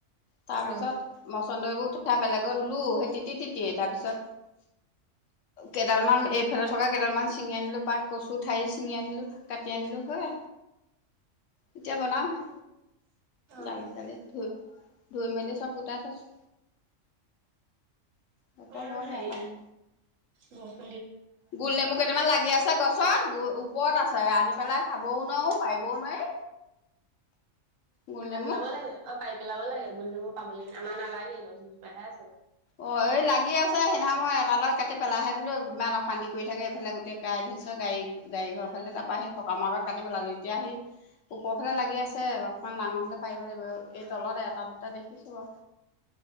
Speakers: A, on the left; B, on the right.
A: তাৰ পিছত
B: অ
A: মচন্দৰি বোৰ উঠ <unintelligible> বেলেগত ৰুলো সেই তিতি তিতিয়ে তাৰ পিছত, কেইডাল মান এইফালে থকা কেইডালমান ছিঙি আনিলো পাত কচু ঠাৰি ছিঙি আনিলো কাটি আনিলো হওঁআ এতিয়া বনাম হে
B: অ
A: দালি চালি ধুই ধুই মেলি চব গোটাই থৈছো। বতৰ
B: অ
A: বৰ বেয়া
B: সেই
A: পানী
B: বহ-
A: গোল নেমু কেইটামান লাগি আছে গছত গো- ওপৰত আছে আনি পেলাই খাবও নোৱাৰো পাৰিবও নোৱাৰি। গোল
B: খাই
A: নেমু
B: পেলাব লাগে অ পাৰি গেলাব লাগে গুলনেমু পাবলৈ আমাৰ নালাগে গছ গিজুপাহে আছে।
A: অ এই লাগি আছে সেইদিনাখন মই এটা ডাল কাটি পেলাইহে দিলো ইমান অশান্তি কৰি থাকে এইফালে কাঁইট হৈছে গাড়ী ঘৰ ফালে তাৰ পৰা সেই সকামৰ আগত কাটি পেলালো এতিয়া সি ওপৰ ফালে লাগি আছে অকমান ডাঙৰ হলে পাৰিব লাগিব এই তলতে এটা দুটা দেখিছো বাও।